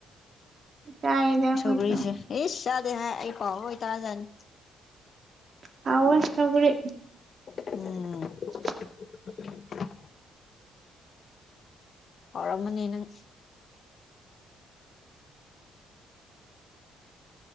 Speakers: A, on the right; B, on the left.
A: ꯆꯥꯏꯌꯦꯗ ꯑꯩꯈꯣꯏꯁꯨ
B: ꯁꯧꯒ꯭ꯔꯤꯁꯦ ꯏꯁ ꯆꯥꯗꯦ ꯍꯥꯏ ꯑꯩ ꯄꯥꯎ ꯂꯣꯏ ꯇꯥꯖꯥꯅꯤ
A: ꯍꯥꯎꯋꯦ ꯁꯧꯒꯔꯤ
B: ꯎꯝ
A: <inaudible>
B: <inaudible> ꯍꯥꯎꯔꯝꯃꯅꯤ ꯅꯪ